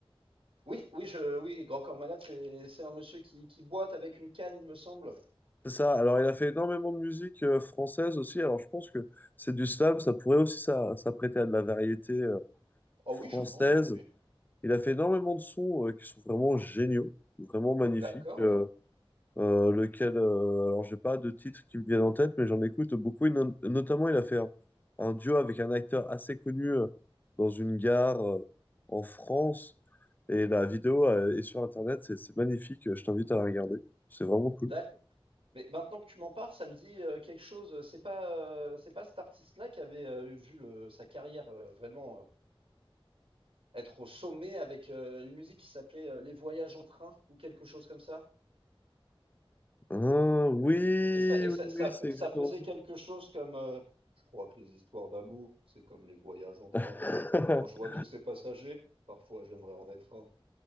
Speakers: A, on the right (about 70°); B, on the left (about 20°).
A: Oui, oui, je, oui, Grand Corps Malade, c'est, c'est un monsieur qui, qui boite avec une canne, il me semble.
B: C'est ça. Alors, il a fait énormément de musique euh, française aussi. Alors, je pense que c'est du slam. Ça pourrait aussi ça, s'apprêter à de la variété euh,
A: Oh
B: française.
A: oui, je pense, oui.
B: Il a fait énormément de sons euh, qui sont vraiment géniaux, vraiment magnifiques.
A: D'accord,
B: euh,
A: oui.
B: euh, lequel, euh, alors j'ai pas de titres qui me viennent en tête, mais j'en écoute beaucoup. Et non- notamment, il a fait un, un duo avec un acteur assez connu euh, dans une gare euh, en France. Et la vidéo euh, est sur Internet, c'est c'est magnifique, je t'invite à la regarder. C'est vraiment cool.
A: D'accord. Mais maintenant que tu m'en parles, ça me dit euh, quelque chose. C'est pas, euh, c'est pas cet artiste-là qui avait euh, vu le, sa carrière euh, vraiment euh, être au sommet avec euh, une musique qui s'appelait euh, Les Voyages en train ou quelque chose comme ça?
B: Ah, oui,
A: Et ça, et
B: oui,
A: ça, ça,
B: oui,
A: fe-
B: c'est
A: ça
B: exactement
A: faisait
B: ça.
A: quelque chose comme, euh, je crois que les histoires d'amour, c'est comme les voyages en train.
B: <laughs>
A: Et quand je vois tous ces passagers, parfois j'aimerais en être un.